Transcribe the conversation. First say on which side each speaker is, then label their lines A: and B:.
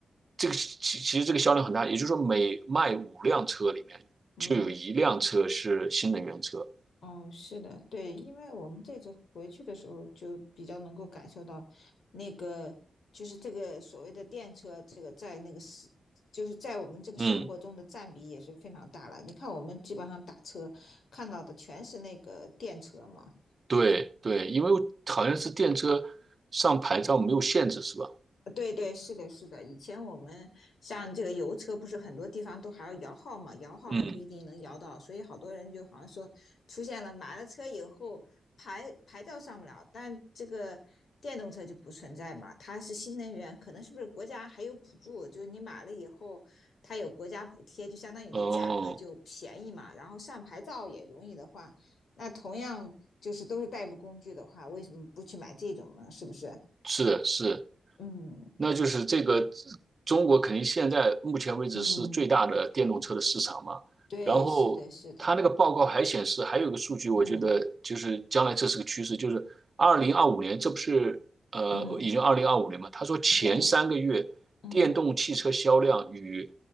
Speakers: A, on the right; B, on the left.
A: 这个其其实这个销量很大，也就是说每卖五辆车里面就有一辆车是新能源车。
B: 嗯嗯，是的，对，因为我们这次回去的时候就比较能够感受到，那个就是这个所谓的电车，这个在那个是就是在我们这个生活中的占比也是非常大了。
A: 嗯，
B: 你看，我们基本上打车看到的全是那个电车嘛，
A: 对对，因为好像是电车上牌照没有限制是吧？
B: 对对，是的，是的。以前我们像这个油车，不是很多地方都还要摇号嘛，摇号还不一定能摇到，
A: 嗯，
B: 所以好多人就好像说出现了买了车以后牌牌照上不了，但这个电动车就不存在嘛，它是新能源，可能是不是国家还有补助，就是你买了以后它有国家补贴，就相当于你的价格就便宜嘛，
A: 哦，
B: 然后上牌照也容易的话，那同样就是都是代步工具的话，为什么不去买这种呢？是不是？
A: 是的，是的
B: 嗯
A: 那就是这个中国肯定现在目前为止是最大的电动车的市场嘛。
B: 嗯。对，
A: 然后他那个报告还显示，
B: 是的，是的，
A: 还有一个数据，我觉得就是将来这是个趋势，
B: 嗯
A: 就是二零二五年，这不是呃已经二零二五年嘛？
B: 嗯，
A: 他说前三个月电动汽车销量与
B: 对，嗯